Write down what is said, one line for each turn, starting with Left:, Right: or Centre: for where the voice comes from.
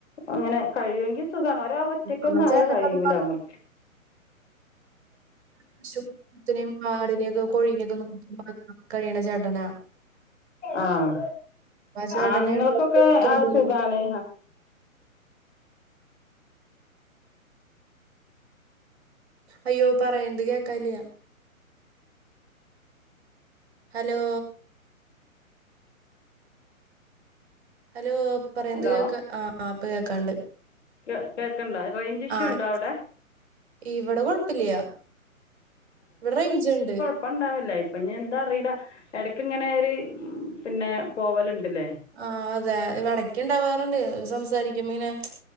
Left: അങ്ങനെ കഴിയുമെങ്കി സുഖമാണ് ഒരാൾ ഒറ്റക്കൊന്നും
Right: ആ
Left: ആയാ
Right: ചേട്ടൻ
Left: കഴിയൂല
Right: അത്
Left: നമ്മ
Right: പശു പോത്തിനേം ആടിനെയൊക്കെ കോഴീനെയൊക്കെ നോക്കുന്ന കഴിയണ ചേട്ടന
Left: ആഹ്
Right: ചേട്ടനെ
Left: ആണുങ്ങൾക്കൊക്കെ
Right: വേറെ ജോലിക്കൊന്നും
Left: അഹ്
Right: പോണില്ല.
Left: സുഖാണ്
Right: അയ്യോ പറയണത് കേൾക്കാല്ല്യാ ഹലോ ഹലോ പറയന്ത്
Left: ഹലോ
Right: കേൾക്ക ആ ആ പ്പ കേൾക്കാണ്ട്
Left: കേ കേക്കണ്ടോ റേഞ്ച് ഇഷ്യൂ
Right: ആഹ്
Left: ഉണ്ടോ അവിടെ
Right: ഇവിടെ കുഴപ്പില്ല്യാ ഇവിടെ റേഞ്ച് ഇണ്ട്
Left: ഇപ്പ ഇണ്ടാവില്ല ഇപ്പൊ ഇനി എന്താ അറിയില്ല ഇടക്ക് ഇങ്ങനെ ഒരു പിന്നെ പോവലിണ്ടല്ലേ?
Right: ആഹ് അതെ ഇവടക്കുണ്ടാവാറുണ്ട് സംസാരിക്കുമ്പ ഇങ്ങനെ മ്ച്